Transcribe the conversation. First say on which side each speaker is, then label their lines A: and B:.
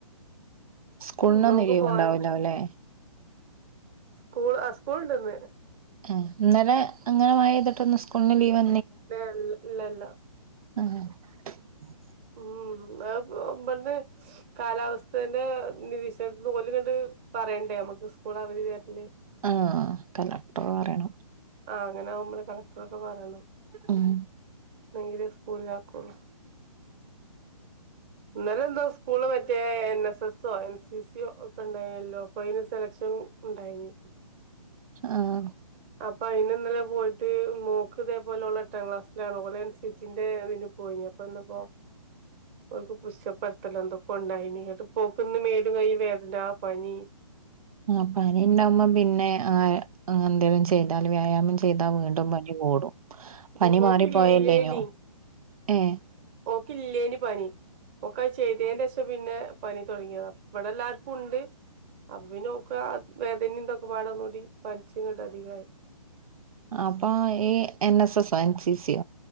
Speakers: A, on the right; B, on the right.
A: കുണോ
B: ഇന്നോക്ക്
A: <unintelligible> ലീവ്
B: പോവാൻ
A: ണ്ടാവലൗല്ലേ
B: സ്കൂൾ ആ സ്കൂള്ണ്ട്ന്ന്
A: ആ ഇന്നലെ അങ്ങനെ മയയ്ത്‌ട്ട് ഇന്ന് സ്കൂളിന് ലീവ്
B: ല്ലഇല്ല ഇല്ല
A: ആഹ <unintelligible>
B: ഉം അഹ്‌പോഇമ്പട്ന്ന് <unintelligible> കാലാവസ്ഥന്റെ നിരീക്ഷർക്ക് ഓല് ങ്ങട്ട് പറയണ്ടേ നമ്മുക്ക് സ്കൂൾ അവധി തരല്
A: ആഹ കളക്ടർ പറയണം
B: ആഹ അങ്ങനെ ആ കുമ്പോ കളക്ടറ ഒക്കെ പറണം
A: ഉം
B: ന്നങ്കിലെ പോല കൊള <unintelligible> ഇന്നലെ എന്തോ സ്കൂള് മറ്റേ എൻ എസ് എസ് ഓ എൻ സി സി ഓ ഒക്കെ ഉണ്ടായിനല്ലോ അപ്പൊ അതിന് സെലക്ഷൻഉണ്ടായി നി
A: ആഹ
B: അപ്പൊ അയിന് ഇന്നലെ പോയിട്ട് മോക്ക്തേ പോലു ലെ ഓള് എട്ടാം ക്ലാസിലാണ് ഓള് എൻ സി സി ന്റെ ഇതിന് പോയി അപ്പ പ്പോ ഓക്ക് പുഷപ്പ് നടത്തല് എന്തൊക്കെ ഉണ്ടായി ങ്ങട്ട് ഓക്ന്ന് മേലും കൈയ്യും വേദന പനി
A: ആ പനി ണ്ടാവുമ്പോ പിന്നെ ആ എന്തെങ്കലും ചെയ്താൽ വ്യായാമം ചെയ്താ വീണ്ടും പനി കൂടും പനി
B: ഉം
A: മാറിപ്പോയല്ലേനോ
B: ഓക്കില്ലേനി
A: ഏ
B: കിലേനി പനി ഓക്ക് ചെയ്ത ന്റെ ശം പിന്നെ പനി തുടങ്ങിയതഇവിടെ എല്ലാർക്കും ഉണ്ട് അപ്പൊ പിന്നെ ഓക്ക് വേദനിന്തൊക്കെ പാടെന്നൂടി പനിച്ങ്ങ്ട്ട് അധികായി
A: അപ്പൊ ഈ എൻ എസ് എസോ എൻ സി സോ